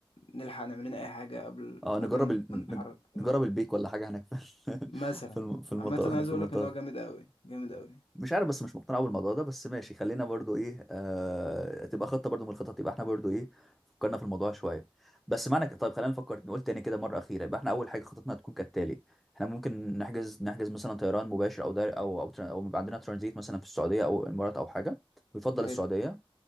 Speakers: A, on the left; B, in the centre.
A: نلحق نعمل لنا اي حاجة قبل
B: اه نجرب
A: قبل ما
B: ال...
A: ما نتحرك
B: نج-
A: آه،
B: نجرب البيك ولا حاجه هناك في <laughs> الم...
A: مثلا
B: في الم- في المطار
A: عامة أنا
B: هنا
A: عايز
B: في
A: اقول
B: المطار
A: لك ان هو جامد قوي جامد قوي
B: مش عارف بس مش مقتنع أوي بالموضوع ده بس ماشي خلينا برضو ايه آه تبقى خطه برضو من الخطط يبقى احنا برضو ايه فكرنا في الموضوع شويه بس معنى ك- طيب خلينا نفكر نقول تاني كده مره اخيره يبقى احنا اول حاجه خطتنا هتكون كالتالي احنا ممكن نحجز نحجز مثلا طيران مباشر او دار او او, ترا- او يبقى عندنا ترانزيت مثلا في السعوديه او الامارات او حاجه ويفضل
A: حلو
B: السعوديه